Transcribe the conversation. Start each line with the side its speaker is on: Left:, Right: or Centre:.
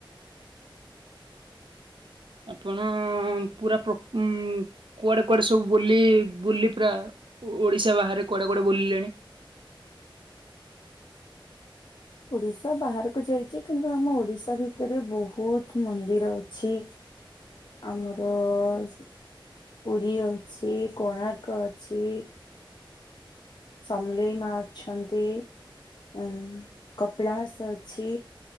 Right: ଆପଣ ପୁରା ପ୍ରୋ ଉଁ କୁଆଡେ କୁଆଡେ ସବୁ ବୁଲି ବୁଲି ପ୍ରା ଓଡିଶା ବାହାରେ କୁଆଡେ କୁଆଡେ ବୁଲିଲେଣି?
Left: <inaudible> ଓଡିଶା ବାହାରକୁ ଯାଇଛି, କିନ୍ତୁ ଆମ ଓଡିଶା ଭିତରେ ବହୁତ ମନ୍ଦିର ଅଛି। ଆମର ପୁରୀ ଅଛି, କୋଣାର୍କ ଅଛି ସମଲେଇ ମା ଅଛନ୍ତି। ହଁ କପିଳାସ ଅଛି।